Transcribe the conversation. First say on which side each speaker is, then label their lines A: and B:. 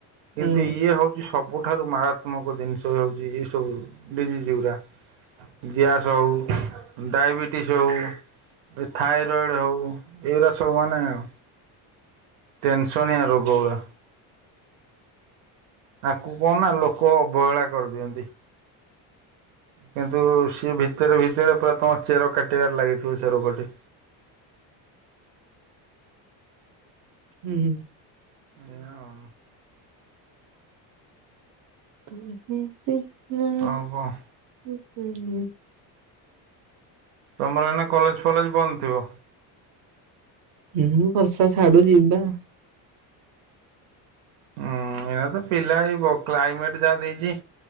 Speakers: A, on the right (about 50°); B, on the right (about 85°).
A: ହୁଁ
B: କିନ୍ତୁ ଇଏ ହଉଛି ସବ ଠାରୁ ମାରାତ୍ମକ ଦିନିଷ ହଉଛି ଏଇ ସବୁ ଡିଜିଜ୍ ଗୁରା। ଗ୍ୟାସ୍ ହଉ ଡାଇବେଟିସ୍ ହଉ ଏ ଥାଇରଏଡ଼ ହୋଉ, ଏଉରା ସବୁ ମାନେ ଆଉ ଟେନ୍ସନିଆ ରୋଗୋ ଉରା। ତାକୁ ଙ୍କ ନା ଲୋକୋ ଅବହେଳା କରିଦିଅନ୍ତି। କିନ୍ତୁ ସିଏ ଭିତେରେ ଭିତେରେ ପୁରା ତମ ଚେର କାଟିବାରେ ଲାଗିଥିବ ସେ ରୋଗଟି।
A: ହୁଁ
B: ଏଇଆ ଆଉ
A: <unintelligible>
B: ଆଉ କଣ ତମର ଏଇନା କଲେଜ୍ ଫଲେଜ୍ ବନ୍ଦ ଥିବ
A: ହୁଁ ବର୍ଷା ଛାଡ଼ୁ ଯିବା।
B: ହୁଁ ଏଇନା ତ ପିଲା ହେଇବ କ୍ଲାଇମେଟ ଯାହା ଦେଇଚି